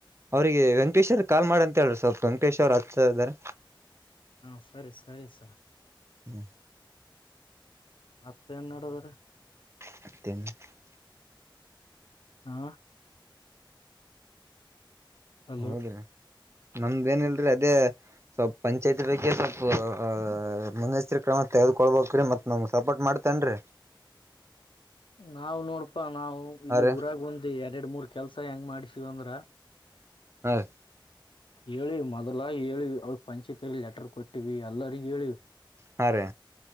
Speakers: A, on the right; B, on the left.
A: ಅವ್ರರಿಗೆ ವೆಂಕಟೇಶ್ ಅವ್ರ ಕಾಲ್ ಮಾಡ ಅಂತ ಹೇಳ್ರಿ ಸ್ವಲ್ಪ ವೆಂಕೇಶ್ರು ಹಚ್ಚ ಇದಾರೆ
B: ಹಾ ಸರಿ ಸರಿ ಸರ್
A: ಹ್ಮ್
B: ಹತ್ತ <unintelligible> ಅವರ
A: <unintelligible>
B: ಹಾ ಹಲೋ
A: ಹೌದ್ರಿ ನಮ್ದ ಏನಲ್ರಿ ಅದೇ ಸಪ್ ಪಂಚಾಯ್ತಿ ಬಗ್ಗೆ ಸಪ್ ಅ ಮುನ್ನೆಚ್ಚರಿಕ ಕ್ರಮ ತೆಗೆದುಕೊಳ್ಬೇಕ್ರೀ ಮತ್ ನಮಗ್ ಸಪೋರ್ಟ್ ಮಾಡ್. ತನ್ರಿ.
B: <inaudible> ನಾವ್ ನೋಡಪಾ ನಾವು ಇಲ್ಲಿ
A: ಹಾ ರೀ
B: ಊರಾಗ್ ಒಂದ್ ಎರಡ್ ಮೂರ್ ಕೆಲ್ಸಾ ಹೆಂಗ್ ಮಾಡ್ಸೀವ್ ಅಂದ್ರ.
A: ಹ ರಿ.
B: ಏಳಿವ್ ಮದಲ ಏಳಿವ ಅವ ಪಂಚಾಯ್ತಿಲಿ ಲೆಟರ್ ಕೊಟ್ಟಿವ ಎಲ್ಲರಿಗ ಹೇಳಿವ್.
A: ಹಾ ರಿ.